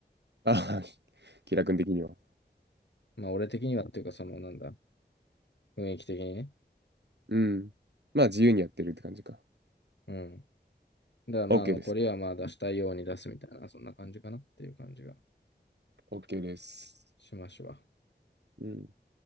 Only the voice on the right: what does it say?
あ、気楽君的には、
うん、まあ自由にやってるって感じか。
オッケーです。
オッケーです。
うん。わ